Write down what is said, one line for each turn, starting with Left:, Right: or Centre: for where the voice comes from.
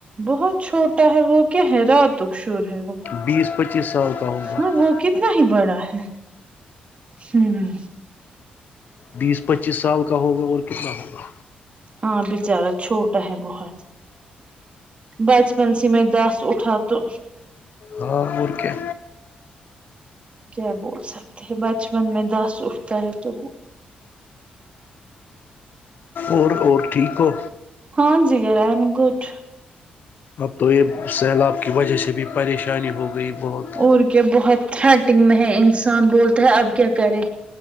Right: بہت چھوٹا ہے وہ کیا ہے راتک شور ہے وہ
Left: بیس پچیس سال کا ہوگا
Right: ہاں وہ کتنا ہی بڑا ہے ہمم
Left: بیس پچیس سال کا کا ہوگا اور کتنا ہوگا
Right: ہاں بچارا چھوٹا ہے بہت بچپن سے میں داس اٹھا تو
Left: ہاں اور کیا
Right: کیا بول سکتے ہیں بچپن میں دس اٹھتا ہے تو وہ
Left: اور اور ٹھیک ہو
Right: ہاں جی آئی ایم گڈ
Left: اب تو یہ سیلاب کی وجہ سے بھی پریشانی ہو گئی بہت
Right: اور کیا بہت تھریٹنگ میں ہے انسان بولتا ہے اب کیا کرے